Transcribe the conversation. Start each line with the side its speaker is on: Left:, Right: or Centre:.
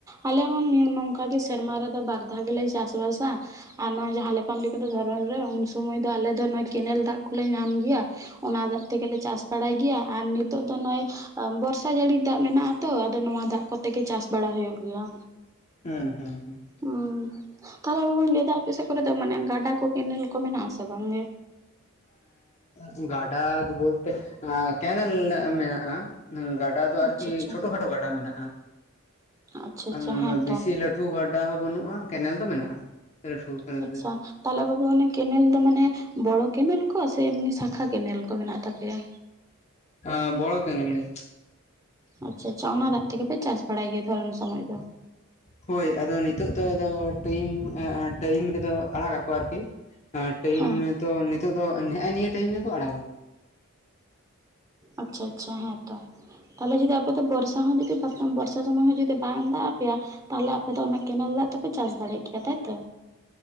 Right: ᱟᱞᱮ ᱦᱚᱸ ᱱᱚᱝᱠᱟᱜᱮ ᱥᱮᱨᱢᱟ ᱨᱮᱫᱚ ᱵᱟᱨ ᱫᱷᱟᱣ ᱜᱮᱞᱮ ᱪᱟᱥᱵᱟᱥᱟ᱾ ᱟᱨ ᱱᱚᱣᱟ ᱡᱟᱦᱟᱸ ᱞᱮᱠᱟᱢ ᱞᱟᱭ ᱠᱮᱫ ᱫᱚ ᱫᱷᱚᱨᱚᱱ ᱨᱮ ᱩᱱ ᱥᱚᱢᱚᱭ ᱫᱚ ᱟᱞᱮ ᱫᱚ ᱱᱚᱣᱟ ᱠᱮᱱᱮᱞ ᱫᱟᱜ ᱠᱚᱞᱮ ᱧᱟᱢ ᱜᱤᱭᱟ᱾ ᱚᱱᱟ ᱫᱟᱜ ᱛᱮᱜᱮᱞᱮ ᱪᱟᱥ ᱵᱟᱲᱟᱭ ᱜᱮᱭᱟ ᱟᱨ ᱱᱤᱛᱳᱜ ᱫᱚ ᱱᱚᱜᱼᱚᱭ ᱮᱸ ᱵᱚᱨᱥᱟ ᱡᱟᱹᱲᱤᱼᱼ ᱫᱟᱜ ᱢᱮᱱᱟᱜ-ᱟ ᱛᱚ ᱟᱫᱚ ᱱᱚᱣᱟ ᱫᱟᱜ ᱠᱚᱛᱮ ᱜᱮ ᱪᱟᱥ ᱵᱟᱲᱟ ᱦᱩᱭᱩᱜ ᱜᱮᱭᱟ᱾
Left: ᱦᱩᱸ ᱦᱩᱸ ᱦᱩᱸ᱾
Right: ᱩᱸ ᱛᱟᱦᱚᱞᱮ ᱵᱟᱵᱩᱧ ᱞᱟᱹᱭᱮᱫᱟ ᱟᱯᱮ ᱥᱮᱫ ᱠᱚᱨᱮ ᱫᱚ ᱢᱟᱱᱮ ᱜᱟᱰᱟ ᱠᱚ ᱠᱮᱱᱮᱞ ᱠᱚ ᱢᱮᱱᱟᱜ ᱟᱥᱮ ᱵᱟᱝ ᱜᱮ
Left: ᱮᱸ ᱜᱟᱰᱟ ᱫᱚ ᱵᱚᱞᱛᱮ ᱟ ᱠᱮᱱᱮᱞ ᱢᱮᱱᱟᱜᱼᱟ᱾ ᱚᱸ ᱜᱟᱰᱟ ᱫᱚ
Right: ᱟᱪᱪᱷᱟ
Left: ᱟᱨᱠᱤ
Right: ᱟᱪᱪᱷᱟ
Left: ᱪᱷᱳᱴᱳ ᱠᱷᱟᱴᱳ ᱜᱟᱰᱟ ᱢᱮᱱᱟᱜᱼᱟ᱾
Right: ᱟᱪᱪᱷᱟ ᱟᱪᱪᱷᱟ
Left: ᱟᱸ
Right: ᱦᱮᱸᱛᱚ
Left: ᱵᱮᱥᱤ ᱞᱟᱹᱴᱷᱩ ᱜᱟᱰᱟ ᱦᱚᱸ ᱵᱟᱹᱱᱩᱜᱼᱟ ᱠᱮᱱᱮᱞ ᱫᱚ ᱢᱮᱱᱟᱜᱼᱟ ᱞᱟᱹᱴᱷᱩ ᱠᱮᱱᱮᱞ
Right: ᱟᱪᱪᱷᱟ
Left: ᱜᱮ
Right: ᱛᱟᱦᱚᱞᱮ ᱵᱟᱹᱵᱩ ᱚᱱᱮ ᱠᱮᱱᱮᱞ ᱫᱚ ᱢᱟᱱᱮ ᱵᱚᱲᱚ ᱠᱮᱱᱮᱞ ᱠᱚ ᱥᱮ ᱮᱢᱱᱤ ᱥᱟᱠᱷᱟ ᱠᱮᱱᱮᱞ ᱠᱚ ᱢᱮᱱᱟᱜ ᱛᱟᱯᱮᱭᱟ᱾
Left: ᱟ ᱵᱚᱲᱚ ᱠᱮᱱᱮᱞ ᱜᱮ
Right: ᱟᱪᱪᱷᱟ ᱟᱪᱪᱷᱟ ᱚᱱᱟ ᱫᱟᱜ ᱛᱮᱜᱮ ᱯᱮ ᱪᱟᱥ ᱵᱟᱲᱟᱭ ᱜᱮᱭᱟ ᱛᱷᱚᱨ ᱩᱱ ᱥᱚᱢᱚᱭ ᱫᱚ
Left: ᱦᱳᱭ ᱟᱫᱚ ᱱᱤᱛᱚᱜ ᱫᱚ ᱟᱫᱚ ᱴᱟᱭᱤᱢ <unintelligible> ᱴᱟᱭᱤᱢ ᱨᱮᱫᱚ ᱟᱲᱟᱜᱟ ᱠᱚ ᱟᱨᱠᱤ ᱟ ᱴᱟᱭᱤᱢ
Right: ᱦᱮᱸ
Left: ᱛᱚ ᱱᱤᱛᱚᱜ ᱫᱚ ᱱᱮᱜᱷᱼ ᱱᱤᱭᱟᱹ ᱴᱟᱭᱤᱢ ᱜᱮᱠᱚ ᱟᱲᱟᱜᱟ
Right: ᱟᱪᱪᱷᱟ ᱟᱪᱪᱷᱟ ᱦᱮᱸ ᱛᱚ ᱛᱟᱦᱚᱞᱮ ᱡᱩᱫᱤ ᱟᱯᱮ ᱫᱚ ᱵᱚᱨᱥᱟ ᱦᱚᱸ ᱡᱩᱫᱤ ᱵᱟ ᱵᱚᱨᱥᱟ ᱫᱚ ᱢᱟᱱᱮ ᱡᱩᱫᱤ ᱵᱟᱝ ᱫᱟᱜ ᱟᱯᱮᱭᱟ ᱛᱟᱦᱚᱞᱮ ᱟᱯᱮ ᱫᱚ ᱚᱱᱟ ᱠᱮᱱᱮᱞ ᱫᱟᱜ ᱫᱚᱯᱮ ᱪᱟᱥ ᱫᱟᱲᱮᱭᱟᱜ ᱜᱮᱭᱟ ᱛᱟᱭᱛᱚ